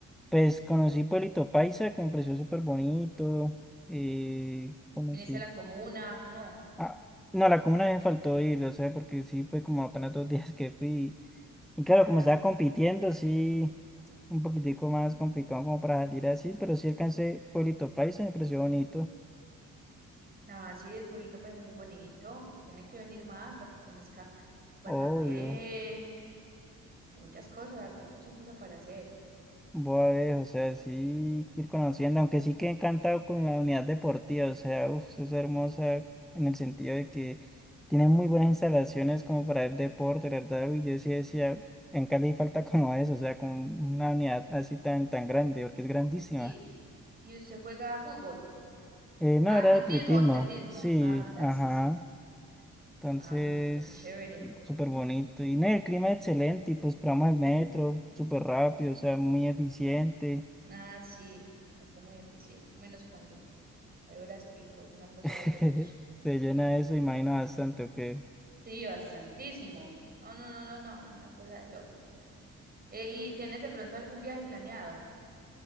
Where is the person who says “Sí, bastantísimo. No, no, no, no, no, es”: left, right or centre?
Right